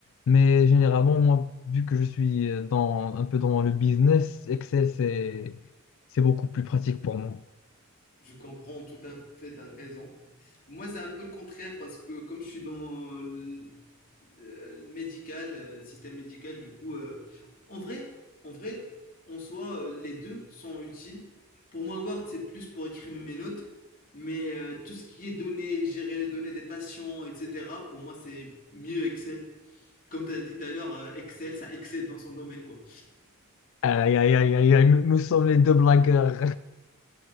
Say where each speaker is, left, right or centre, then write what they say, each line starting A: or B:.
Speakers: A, on the left; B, on the left.
A: mais généralement, moi, vu que je suis euh, dans, un peu dans le business, Excel, c'est, c'est beaucoup plus pratique pour moi.
B: je comprends tout à fait, tu raison. Moi, c'est un peu le contraire parce que comme je suis dans le, euh, le médical, euh, le système médical, du coup, euh, en vrai, en vrai, en soi, euh, les deux sont utiles. Pour moi, Word, c'est plus pour écrire mes notes, mais euh, tout ce qui est données, gérer les données des patients, etc., pour moi, c'est mieux Excel. Comme tu as dit tout à l'heure, euh, Excel, ça excelle dans son domaine, quoi.
A: Aïe, aïe, aïe, aïe, aïe, nous, nous sommes les deux blagueurs.